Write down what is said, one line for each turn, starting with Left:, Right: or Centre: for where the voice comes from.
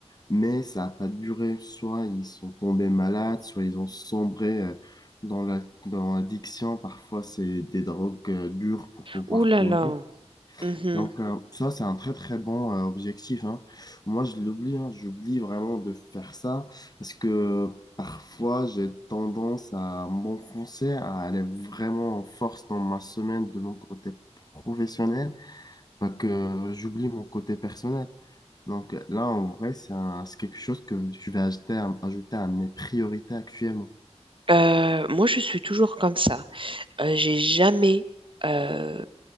Left: mais ça n'a pas duré. Soit ils sont tombés malades, soit ils ont sombré euh, dans la, dans l'addiction. Parfois, c'est des drogues euh, dures pour pouvoir
Right: Ouh là
Left: tenir.
Right: là. mhm.
Left: Donc euh, ça, c'est un très très bon euh, objectif, hein. Moi, je l'oublie, hein, j'oublie vraiment de faire ça parce que parfois, j'ai tendance à m'enfoncer, à aller vraiment en force dans ma semaine de mon côté professionnel, bah, que j'oublie mon côté personnel. Donc euh, là, en vrai, c'est un- c'est quelque chose que je vais ajouter à, ajouter à mes priorités actuellement.
Right: Euh, moi, je suis toujours comme ça. Euh, j'ai jamais, euh,